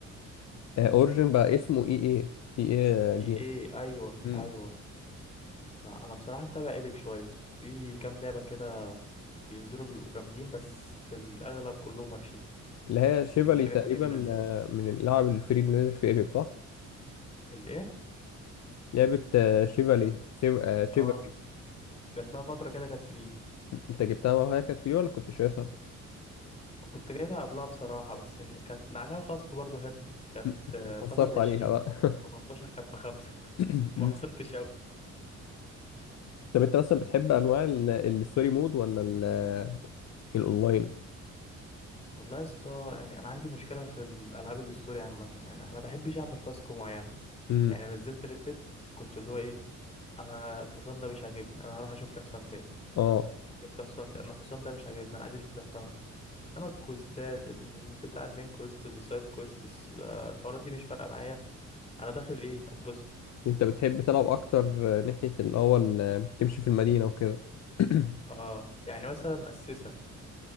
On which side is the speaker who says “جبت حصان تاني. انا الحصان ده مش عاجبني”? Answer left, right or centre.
Left